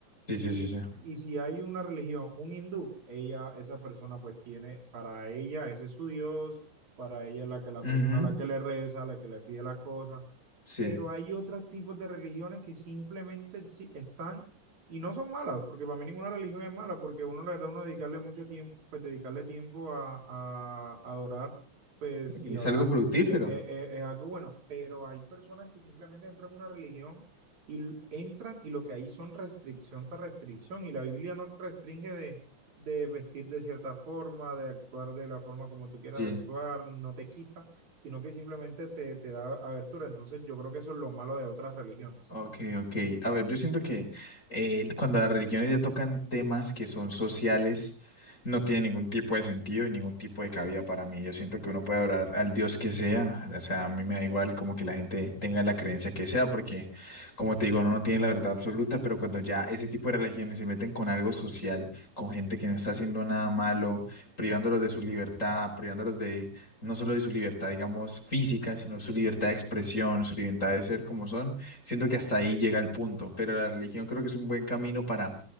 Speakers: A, on the left; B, on the right.
A: Sí,
B: Y,
A: sí, sí, sí.
B: y si hay una religión, un hindú, ella, esa persona pues tiene, para ella ese es su Dios, para ella es la que la persona
A: Ujú,
B: a la que le reza, la que le pide las cosas
A: Sí,
B: pero hay otros tipos de religiones que simplemente exi- están y no son malas, porque para mí ninguna religión es mala, porque uno, la verdad, uno dedicarle mucho tiempo, pues dedicarle tiempo a, a- a adorar, pues
A: es
B: y a orar
A: algo fructífero.
B: eh, eh, eh, es algo bueno, pero hay personas que simplemente entran en una religión y l- entran y lo que hay son restricción tras restricción, y la Biblia no te restringe de de vestir de cierta forma, de actuar de la forma como tú quieras
A: Sí.
B: actuar, no te quita sino que simplemente te, te da abertura. Entonces yo creo que eso es lo malo de otras religiones.
A: Ok, ok. A ver, yo siento que eh, cuando las religiones ya tocan temas que son sociales, no tiene ningún tipo de sentido y ningún tipo de cabida para mí. Yo siento que uno puede orar al Dios que sea. O sea, a mí me da igual como que la gente tenga la creencia que sea, porque como te digo, uno no tiene la verdad absoluta, pero cuando ya ese tipo de religiones se meten con algo social, con gente que no está haciendo nada malo, privándolos de su libertad, privándolos de no solo de su libertad, digamos, física, sino su libertad de expresión, su libertad de ser como son. Siento que hasta ahí llega el punto, pero la religión creo que es un buen camino para